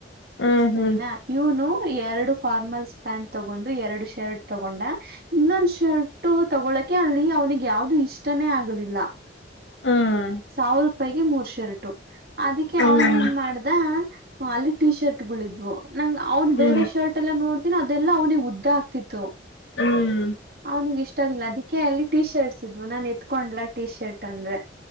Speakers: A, on the left; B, on the right.
A: ಹ್ಮ್ ಹ್ಮ್ ಹ್ಮ್
B: ಸರಿನಾ. ಇವನು ಎರಡು ಫಾರ್ಮಲ್ಸ್ ಪ್ಯಾಂಟ್ ತಗೊಂಡು ಎರಡು ಶರ್ಟ್ ತಗೊಂಡ ಇನ್ನೊಂದು ಶರ್ಟ್ ತಗೊಳಕೆ ಅಲ್ಲಿ ಅವನಿಗೆ. ಯಾವ್ದು ಇಷ್ಟನೇ ಆಗಲಿಲ್ಲ
A: ಹ್ಮ್
B: ಸಾವಿರ ರೂಪಾಯಿಗೆ ಮೂರ್ ಶರ್ಟ ಅದಕ್ಕೆ
A: ಹ್ಮ್
B: ಅವನ್ ಏನ್ ಮಾಡ್ದ ಅಲ್ಲಿ ಟಿ ಶರ್ಟ್ ಿದ್ವು. ನಂ ಅವ್ನ್
A: ಹ್ಮ್
B: ಬೇರೆ ಶರ್ಟ್ ಎಲ್ಲ ನೋಡ್ತಿನ ಅದೆಲ್ಲಾ ಅವ್ನಿಿಗೆ ಉದ್ದ ಆಗ್ತಿತ್ತು
A: ಹ್ಮ್
B: ಅವ್ನಿಿಗೆ ಇಷ್ಟ. ಇಲ್ಲ ಅದಕ್ಕೆ ಅಲ್ಲಿ ಟಿ ಶರ್ಟ್ಸ್. ್ ನಾನ್ ಎತ್ಕೊಂಡ್ಲ ಟಿ ಶರ್ಟ್ ಅಂದ್ರೆ